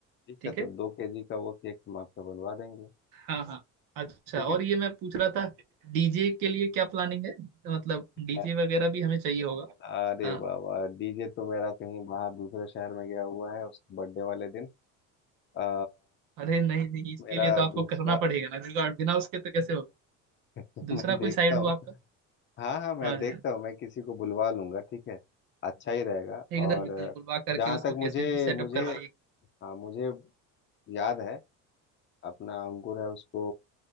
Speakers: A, on the left; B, on the right.
A: ठीक
B: ठीक
A: है
B: है
A: तो दो केजी का वो केक हम आपका बनवा देंगे
B: हाँ हाँ अच्छा
A: ठीक
B: और
A: है
B: ये मैं पूछ रहा था डीजे के लिए क्या प्लानिंग है मतलब डीजे
A: आ,
B: वगैरह भी हमें चाहिए होगा
A: अरे
B: हाँ
A: बाबा डीजे तो मेरा कहीं बाहर दूसरे शहर में गया हुआ है उसके बर्थडे वाले दिन आ,
B: अरे नहीं नहीं इसके
A: मेरा
B: लिए तो आपको
A: दूसरा
B: करना पड़ेगा ना जुगाड़ बिना उसके तो कैसे होगा
A: <laughs>
B: दूसरा
A: मैं
B: कोई
A: देखता
B: साइड
A: हूँ
B: हो आपका
A: हाँ हाँ मैं
B: हाँ जी
A: देखता
B: हाँ जी।
A: हूँ मैं किसी को बुलवा लूंगा ठीक है अच्छा ही रहेगा
B: एकदम
A: और
B: एकदम बुलवा करके
A: जहाँ
B: उसको
A: तक मुझे
B: कैसे भी सेटअप
A: मुझे
B: करवाइए
A: हाँ मुझे याद है अपना अंकुर है उसको